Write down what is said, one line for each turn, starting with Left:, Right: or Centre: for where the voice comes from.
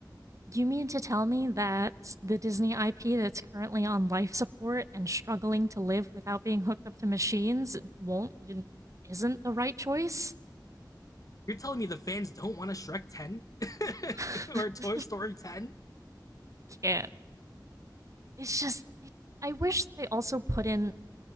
Right: You mean to tell me that the Disney IP that's currently on life support and struggling to live without being hooked up to machines won't isn't the right choice?
Left: You're telling me the fans don't want a Shrek 10
Right: <laughs>
Left: <laughs>
Right: I
Left: or Toy Story 10?
Right: can't. It's just it, I wish they also put in